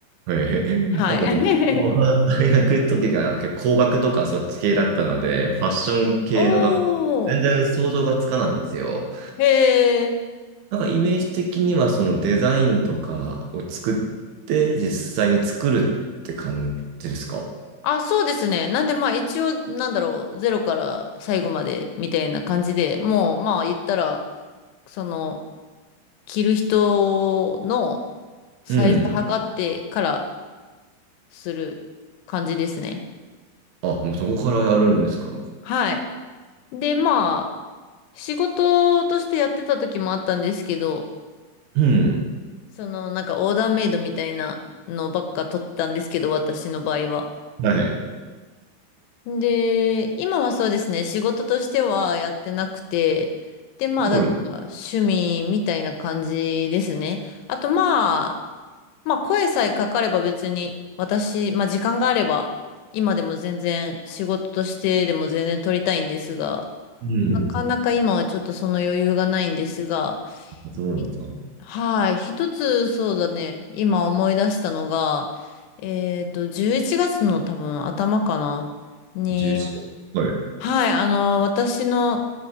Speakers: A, on the right; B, on the left.
A: えー
B: はい。
A: <laughs> なんか僕は
B: <laughs>
A: <laughs> 大学の時が結構工学とかそっち系だったので、ファッション系の学校、
B: おー、
A: 全然想像がつかないんですよ。
B: へー。
A: なんかイメージ的にはそのデザインとかを作って実際に作るって感じですか
B: あ、そうですね。なんでまあ一応なんだろう、ゼロから最後までみたいな感じで、もうまあ言ったら、その、着る人のサイズ測ってから
A: うん。
B: する感じですね。
A: あ、もうそこからやるんですか、なんか
B: はい。でまあ、仕事としてやってた時もあったんですけど、
A: うん。
B: そのなんかオーダーメイドみたいなのばっか取ったんですけど、私の場合は。
A: はい。す
B: で、今はそうですね、仕事としてはやってなくて、で、まあ、
A: ごい
B: だから趣味みたいな感じですね。あと、まあ、まあ、声さえかかれば別に、私、まあ、時間があれば、今でも全然仕事としてでも全然取りたいんですが、
A: うん
B: なかなか今はちょっとその余裕がないんですが、
A: そうなんですか。
B: いはい、一つそうだね、今思い出したのが、えっと、11月の多分頭かな。に
A: 11はい。
B: はい、あの、私の